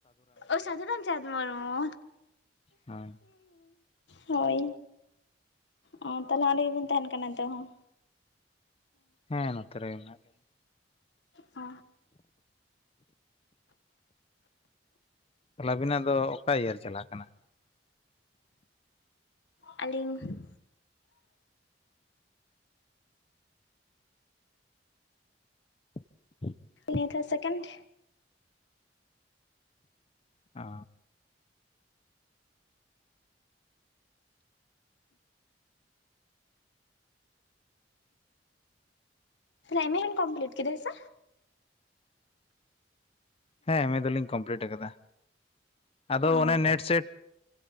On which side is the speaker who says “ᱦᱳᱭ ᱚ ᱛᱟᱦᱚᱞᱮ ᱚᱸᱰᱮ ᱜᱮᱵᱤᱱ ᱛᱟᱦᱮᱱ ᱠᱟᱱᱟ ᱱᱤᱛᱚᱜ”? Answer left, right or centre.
Left